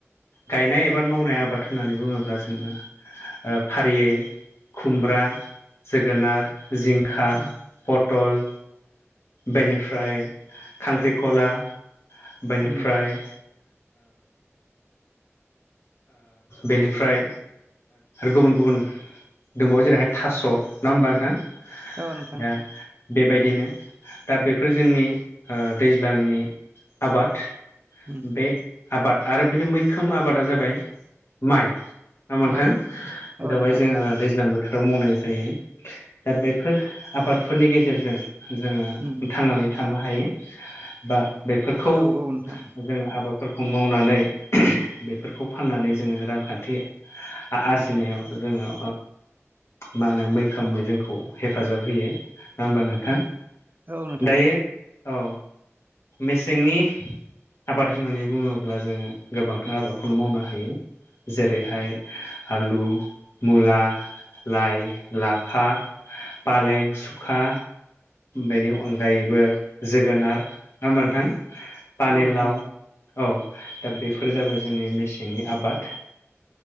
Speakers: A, on the left; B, on the right.
A: गायनाय एबाद मावनाय आबाद होननानै बुङोब्ला जोङो फारियै खुमब्रा जोगोनार जिंखा
B: उम
A: पटल बेनिफ्राय खांख्रिखला बेनिफ्राय
B: उम
A: बेनिफ्राय गुबुन गुबुन दंबावो जेरैहाय थास' नङा होमबा नोंथां
B: औ नोंथां
A: दा बेबायदिनो दा बेफोर जोंनि दैज्लांनि आबाद
B: उम
A: बे आबाद आरो बिनि मैखोम आबादा जाबाय माइ नामांथां
B: माइ
A: बेेरावहाय
B: औ नोंथां
A: जोङो दैज्लां बोथोर फोथाराव मावनाय जायो दा बेफोर आबादफोरनि गेजेरजों जोङो
B: उम
A: थांनानै थानो हायो बा बेफोरखौ
B: औ औ नोंथां
A: जोंङ आबादफोरखौ मावनानै बे फोरखौ फाननानै जोङो रांखान्थि आरजिनायाव जोङो मा होनो मैखोमै जोंखौ हेफाजाब होयो ना होमबा नोंथां।
B: औ नोंथां
A: दायो औ मेसेंनि आबाद होननानै बुङोब्ला जोङो गोबांथां आबाद नो मावनो हायो जेरैहाय आलु मुला लाइ लाफा फालें सुखा बेनि अनगायैबो जोगोनार नङा होमबा नोंथां पानिलाव
B: औ नोंथां
A: औ दा बेफोर जाबाय जोंनि मेसेंनि आबाद